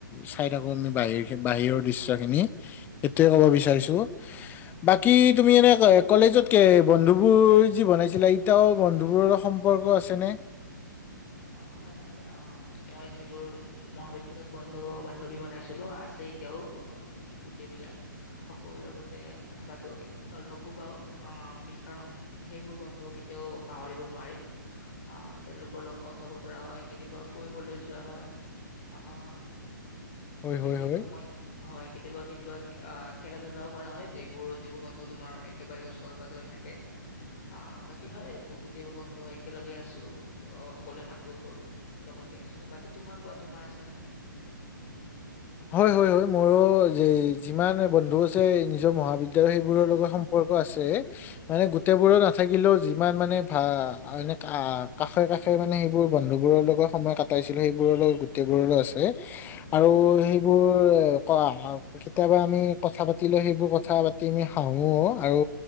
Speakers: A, on the left; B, on the left.
A: চাই থাকো আমি ব বাহিৰৰ দৃশ্য খিনি সেইটো য়ে ক'ব বিচাৰিছো বাকি তুমি এনে কলেজত।। তাকে বন্ধুবোৰ যি বনাইছিলে ইতাও বন্ধুবোৰৰ লগত সম্পৰ্ক আছেনে?
B: অ হয় হয় অ মই যিবোৰ মহাবিদ্য়ালয়ত বন্ধু বান্ধৱী বনাইছিলো আছে এতিয়াও গোটেইবিলাক অ অ হয় হয় অ মই যিবোৰ মহাবিদ্যালয়ত বন্ধু বান্ধবী বনাইছিলো আছে এতিয়াও গোটেই বিলাক সকলোৰে লগতে কথা পাতো আৰু লগো পাওঁ। আহ কাৰণ সেইবোৰ বন্ধু কেতিয়াও পাহৰিব নোৱাৰি। আহ তেওঁলোকৰ লগত ক।। থা বতৰা হয় কেতিয়াবা ফুৰিবলৈ যোৱা হয়। আহ
A: হয়
B: বিশেষ
A: হয় হয়
B: সময় হয়। কেতিয়াবা কেতিয়াবা আহ খেলা ধলাও কৰা হয় যিবোৰ যিবোৰ বন্ধু তোমাৰ একেবাৰে ওচৰে পাজৰে থাকে আহ বাকী আ খেলা ধুলাও কৰা হয়। অ যি বোৰ বন্ধু তোমাৰ একেবাৰে ওচৰ পাজৰে থাকে। অ বাকী হয়। গোটেইবোৰ বন্ধু একেলগে আছো সকলোৱে মাত বোল কৰো। লগতে আছো বাকী তোমাৰ কোৱা তোমাৰ আছে নে নাই?
A: হয় হয় হয় মোৰো যে যিমান বন্ধু আছে নিজৰ মহাবিদ্য়ালয় সেইবোৰৰ লগত সম্পৰ্ক আছে মানে গোটেইবোৰত নাথাকিলেও যিমান মানে ভ এ হয় হয় হয় মোৰো যি মান বন্ধু আছে নিজৰ মহাবিদ্যালয় সেই বোৰৰ লগত সম্পৰ্ক আছেয়। মানে গোটেই বোৰৰ নাথাকিলেও যি মান মানে ভা আৰু এনে কাষে কাষে মানে সেইবোৰ বন্ধু বোওৰৰ লগত সময় কটাইছিলো সেইবোৰৰ লগত গোটেইবোৰ লগত আছে আৰু স।। সেই বোৰ কাৰণ কেতিয়াবা আমি কথা পাতিলে, সেইবোৰ কথা পাতি আমি হাহোওঁ আৰু